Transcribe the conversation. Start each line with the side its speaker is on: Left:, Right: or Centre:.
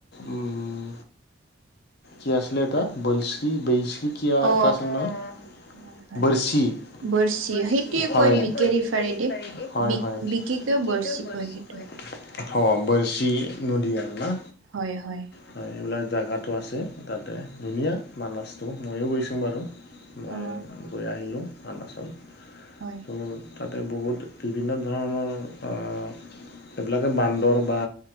Left: উম, কি আছিল এটা বছ্ৰী বেইছি কিয়া
Right: অ
Left: এটা আছিল নহয় অ'
Right: হয় হয়
Left: বৰ্ছি।
Right: বৰছি
Left: বৰ্চি, সেইটোৱে
Right: কয়
Left: কৈ
Right: ৰিফাৰেদি
Left: বিকে ৰিফাৰি দি, হয়,
Right: বি
Left: হয়
Right: বিকি কিয়
Left: বিকে
Right: বৰছি
Left: কু বাৰ্চি
Right: সেইটো
Left: কয়। অ' বাৰ্ছি নদী আৰু না?
Right: হয়, হয়।
Left: হয় এইবিলাক জেগাতটো আছে, তাতে ধুনীয়া মানাছটো মইও গৈছো বাৰু। মইয়ো
Right: অ
Left: গৈ আহিলোঁ অৰুণাচল।
Right: হয়।
Left: উম' তাতে বহুত বিভিন্ন ধৰণৰ অঁহ- যে বান্দৰ বা